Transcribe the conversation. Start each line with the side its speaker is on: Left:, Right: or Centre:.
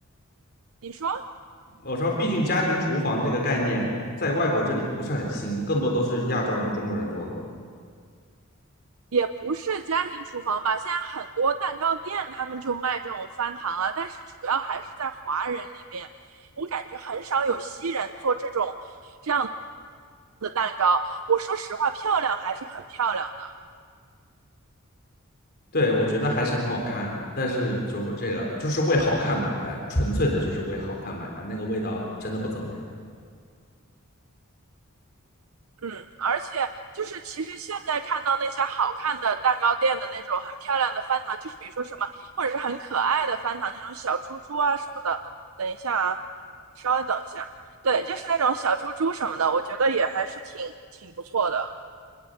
Right: 你说。
Left: 我说，毕竟家庭厨房这个概念在外国这里不是很新，更多都是亚洲人、中国人做的嘛。
Right: 也不是家庭厨房吧，现在很多蛋糕店他们就卖这种翻糖啊，但是主要还是在华人里面，我感觉很少有西人做这种这样的蛋糕。我说实话，漂亮还是很漂亮的。
Left: 对，我觉得还是很好看的，但是就这个就是为好看买单，纯粹的就是为好看买单，那个味道真的不怎么样。
Right: 嗯，而且就是其实现在看到那些好看的蛋糕店的那种很漂亮的翻糖，就是比如说什么，或者是很可爱的翻糖，那种小猪猪啊什么的。等一下啊，稍微等一下，对，就是那种小猪猪什么的，我觉得也还是挺挺不错的。